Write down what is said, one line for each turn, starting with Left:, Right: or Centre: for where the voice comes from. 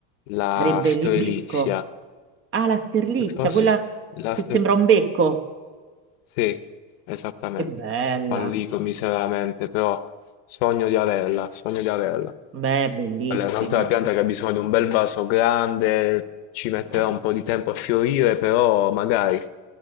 Left: la
Right: Sarebbe
Left: strelizia.
Right: l'ibisco. Ah, la sterlizia,
Left: Forse...
Right: quella
Left: La
Right: che
Left: strelizia
Right: sembra un becco.
Left: Sì, esattamente.
Right: È bella.
Left: Fallito miseramente, però sogno di averla, sogno di averla.
Right: Beh, è bellissima.
Left: Quella è un'altra pianta che ha bisogno di un bel vaso grande, ci metterà
Right: Eh.
Left: un po' di tempo a fiorire, però magari,